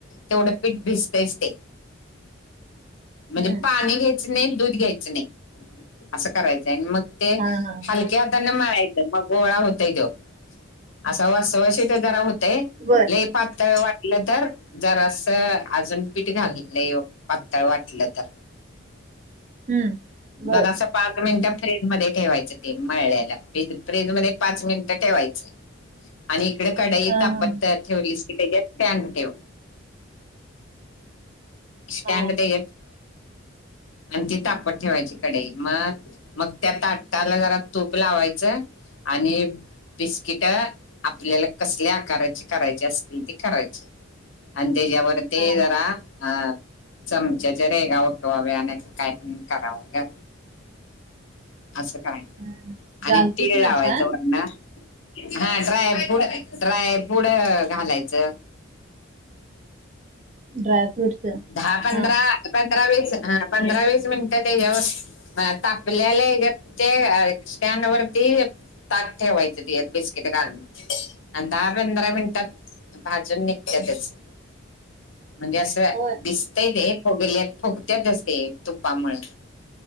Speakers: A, on the left (about 75°); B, on the right (about 35°).
A: तेवढं पीठ भिजतच. म्हणजे
B: हम्म
A: पाणी घ्यायचं नाही. दूध घ्यायच नाही. असं करायचंय. मग ते
B: हा हा
A: हलक्या हतान मळाच मग गोळा होतय. तो असं वा श ते जरा होतेय.
B: बरं
A: लई पातळ वाटलं. तर जरा असं अजून पीठ घाललंय. पातळ वाटलं तर
B: हम्म बर
A: जरास, पीट पाच मिनिटं फ्रीज मध्ये ठेवायचं. ते मळला फ फ्रीज मध्ये पाच मिनिटं ठेवायचं. आणि इकडे कडई
B: हा
A: तापत्त.
B: हा
A: ठेवली. की त्याच्याॅन ठेव. स्टँड
B: हा हा
A: ते आणि ती तापत ठेवायची कडेई मग मग त्या ताटटाला जरा तूप लावायचं. आणि बिस्किट आपल्याला कसल्या आकाराची करायची असतील ते करायची. आणि त्याच्यावर ते
B: हा हा
A: जरा अ चमच्याच्या रेगा उठवाव्या आणि- काय करावं. असं कराय.
B: हम्म
A: आणि
B: जालतीत
A: तीळ लावायचं.
B: ना छान
A: वरण हा ड्राय फूड घालायचं.
B: ड्राय फ्रूटस
A: दहा पंधरा
B: हा
A: पंधरा वीस ह पंधरा वीस मिनिटं त्याच्यावर. म तापलेला इगत ते अ स्टँड वरती. ताट ठेवायचं ते बिस्किट घालून दहा पंधरा मिनिटात. भाजूण निघतातच म्हणजे असं
B: होय
A: दिसतंय ते फोगलेत फुगत्यातच ते तुपामुळे